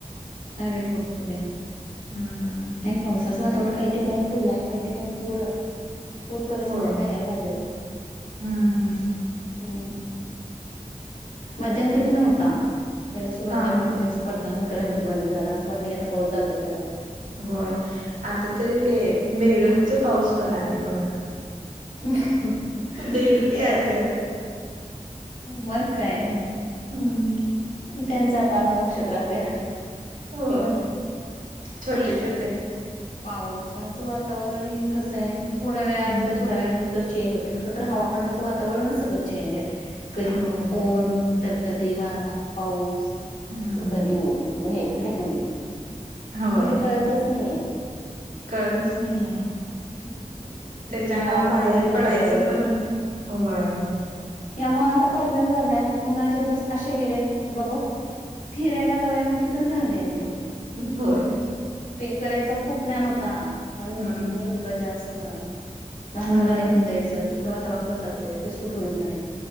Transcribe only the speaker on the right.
हम्म
होय
हम्म हम्म
हा
हा
होय आता तरी ते बेडूकच पाऊस पडालय बघा.
बेडूक यायला
लागल्यात
हम्म
होय. छोटे
छोटे
हम्म
होय
हम्म
होय
कळतच नाहीये.
तेच्यान
बाहेर पडायचं
पण.. व्हय...
होय.
हम्म
हम्म